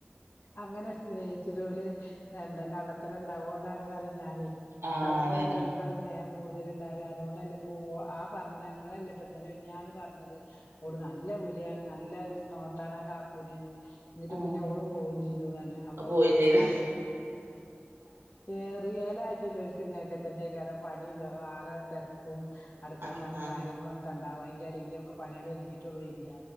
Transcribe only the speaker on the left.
അങ്ങനെ സ്നേഹിച്ചോല് എ കള്ളത്തര ഉണ്ടാവുകൊണ്ടാണ് ഞാന്
കള്ളത്തരല്ലലിക്കാണ്
സ്നേഹം കൂട്തല്ണ്ടാകാന്ന് അതുകൊണ്ടല്ലപ്പോ ആ പർ- ങ്ങളല്ലപ്പന്നലെ മ്ഞ്ഞാന്ന് പറ്ഞ്ഞത് ഓള് നല്ല വ്ളിയാണ് ന ല്ല നോട്ടാണാ കാക്കൂനേന്ന് ന്നിട്ട്
പിന്നെ ഓള് പോവും ചെയ്തുന്നർഞ്ഞ് അപ്പൊ
അത് ഏറിയലായിട്ട്ല്ലോൽ ഇങ്ങനെയൊക്കെ തന്നെ കറ പണിയ ആകെ തിരക്കും അടുക്കള
പണിം കാര്യങ്ങളൊക്കെണ്ടാവും അയി ഇടയിലൊക്കെ പണികൾ ഒര്ങ്ങിട്ടൊള്ളു വരിഅ